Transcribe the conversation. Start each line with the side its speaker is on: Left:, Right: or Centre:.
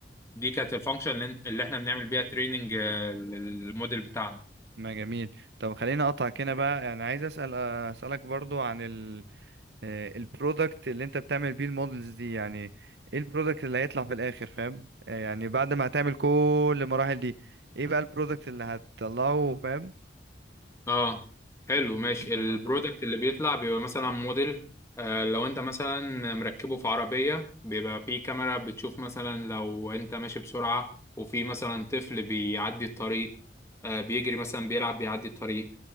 Left: دي كانت الفانكشن اللي اللي احنا بنعمل بيها تريننج للموديل بتاعنا
Right: ما جميل طب خليني اقطعك هنا بقى يعني عايز اسال اسالك برضو عن ال آه، البرودكت اللي انت بتعمل بيه المودلز دي يعني ايه البرودكت اللي هيطلع في الاخر فاهم آه، يعني بعد ما هتعمل كل المراحل دي ايه بقى البرودكت اللي هتطلعه فاهم
Left: اه حلو ماشي
Right: النقطة
Left: البرودكت
Right: دي
Left: اللي بيطلع بيبقى مثلا موديل آه لو انت مثلا مركبه في عربية بيبقى فيه كاميرا بتشوف مثلا لو انت ماشي بسرعة وفي مثلا طفل بيعدي الطريق آه بيجري مثلا بيلعب بيعدي الطريق